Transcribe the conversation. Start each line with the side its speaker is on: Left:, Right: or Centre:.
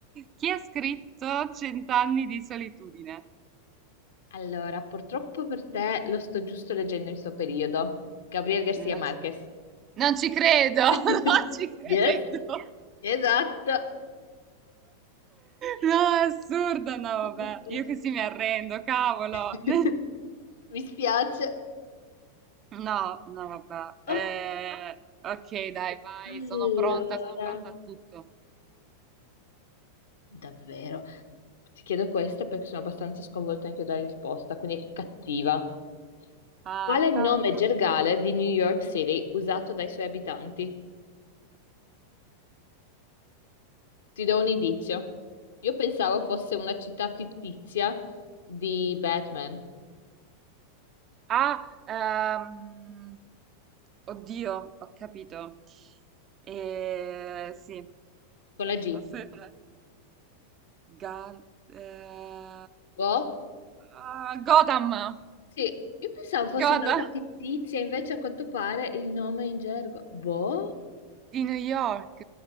Right: Chi ha scritto Cent'anni di solitudine?
Left: Allora, purtroppo per te lo sto giusto leggendo in suo periodo. Gabriel Garcia
Right: Non
Left: Marquez.
Right: ci, non ci credo,
Left: <laughs>
Right: <laughs> non ci credo.
Left: Yes,
Right: <laughs>
Left: esatto.
Right: No, è assurdo, no,
Left: Mm, mm,
Right: vabbè, io
Left: mm.
Right: così mi arrendo, cavolo.
Left: <laughs>
Right: <laughs>
Left: Mi spiace.
Right: No, no, vabbè. Eh,
Left: Ok,
Right: ok, dai, vai,
Left: allora.
Right: sono pronta, sono pronta a tutto.
Left: Davvero. Ti chiedo questo perché sono abbastanza sconvolta anche io dalla risposta, quindi è cattiva.
Right: Ah,
Left: Quale nome
Right: cavolo.
Left: gergale di New York City usato dai suoi abitanti? Ti do un indizio. Io pensavo fosse una città fittizia di Batman,
Right: Ah, ehm, oddio, ho capito. Eh, sì,
Left: con la G.
Right: aspetta. Gal... eh,
Left: Oh?
Right: ah, Gotham,
Left: Sì, io pensavo fosse
Right: Gotham
Left: una roba fittizia, invece a quanto pare il nome è in gergo. Boh?
Right: di New York?